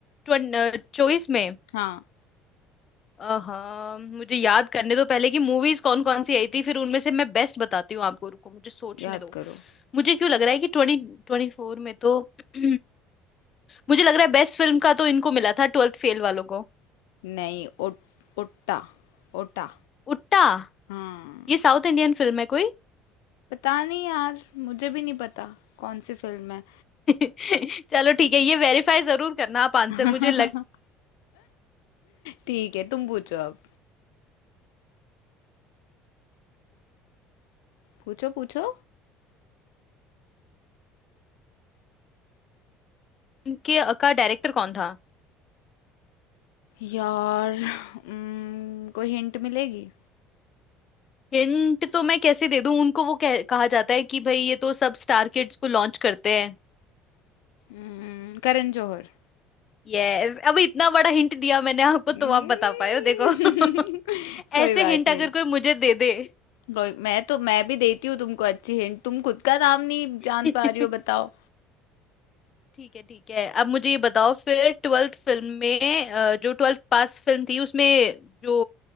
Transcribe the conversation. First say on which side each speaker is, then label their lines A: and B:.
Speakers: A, on the left; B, on the left.
A: चौबीस में
B: हाँ
A: हाँ मुझे याद करने दो पहले कि मूवीज कौन कौन सी आई थी फिर उनमें से मैं बेस्ट बताती हूँ आपको रुको मुझे सोचने
B: याद
A: दो
B: करो
A: मुझे क्यों लग रहा है कि ट्वेंटी ट्वेंटी फोर में तो <clears throat> मुझे लग रहा है बेस्ट फिल्म का तो इनको मिला था ट्वेल्थ फेल वालों को
B: नहीं ओ, ओटा ओटा
A: उट्टा
B: हाँ
A: ये साउथ इंडियन फिल्म है कोई
B: पता नहीं यार मुझे भी नहीं पता कौन सी फिल्म है
A: <laughs> चलो ठीक है ये वेरीफाई जरूर करना आप आंसर
B: <laughs>
A: मुझे लग
B: ठीक है तुम पूछो अब पूछो पूछो
A: के का डायरेक्टर कौन था
B: यार उम्म, कोई हिंट मिलेगी
A: हिंट तो मैं कैसे दे दूं उनको वो कह, कहा जाता है कि भाई ये तो सब स्टार किड्स को लॉन्च करते हैं
B: उम्म, करण जौहर
A: यस अभी इतना बड़ा हिंट दिया मैंने आपको
B: उम्म,
A: तो आप बता पाए हो देखो
B: <laughs>
A: <laughs>
B: कोई
A: ऐसे
B: बात
A: हिंट
B: नहीं
A: अगर कोई मुझे दे दे
B: कोई मैं तो मैं भी देती हूँ तुमको अच्छी हिंट तुम खुद का नाम नहीं
A: <laughs>
B: जान
A: ठीक
B: पा रही हो बताओ
A: है ठीक है अब मुझे ये बताओ फिर ट्वेल्थ फिल्म में अ, जो ट्वेल्थ पास फिल्म थी उसमें जो